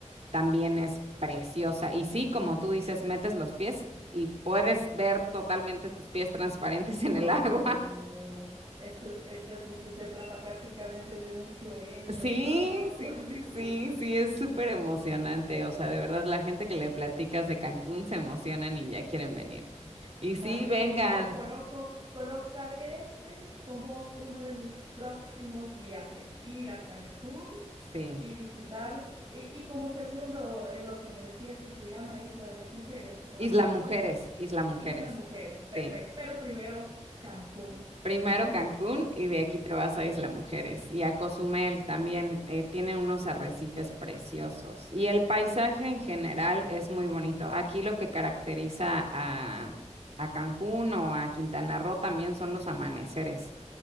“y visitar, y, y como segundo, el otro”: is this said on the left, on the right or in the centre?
Right